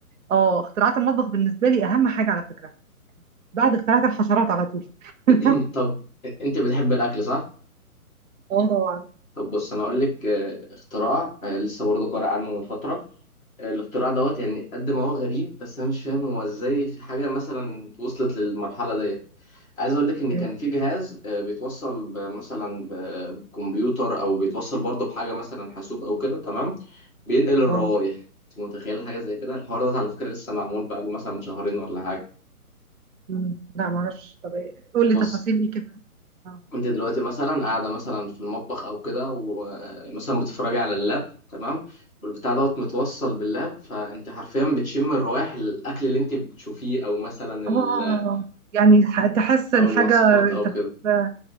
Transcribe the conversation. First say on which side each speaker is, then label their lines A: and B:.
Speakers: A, on the right (about 60°); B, in the centre.
A: اه اختراعات المطبخ بالنسبة لي أهم حاجة على فكرة بعد اختراعات الحشرات على طول
B: <clears throat>
A: <laughs>
B: طب انت بتحب الاكل صح؟
A: اه طبعا
B: طب بص انا اقول لك آه، اختراع آه، لسه برضه قارئ عنه من فتره آه، الاختراع دوت يعني قد ما هو غريب بس انا مش فاهم هو ازاي في حاجه مثلا وصلت للمرحله ديت عايز اقول لك ان كان
A: إيه،
B: في جهاز آه، بيتوصل ب- مثلا ب- بكمبيوتر او بيتوصل برضه بحاجه مثلا حاسوب او كده تمام بينقل الروائح
A: اه
B: انت متخيل حاجه زي كده الحوار ده على فكره لسه معمول بقى مثلا من شهرين ولا حاجه
A: مم. لا معرفش طب إيه، قول لي
B: بص
A: تفاصيل ايه كده اه
B: انت دلوقتي مثلا قاعده مثلا في المطبخ او كده ومثلا بتتفرجي على اللاب تمام والبتاع دوت متوصل باللاب فانت حرفيا بتشم الروائح الاكل اللي انت بتشوفيه او مثلا ال...
A: آه، يعني الح- تحس الحاجة
B: او الوصفات او
A: تمام
B: كده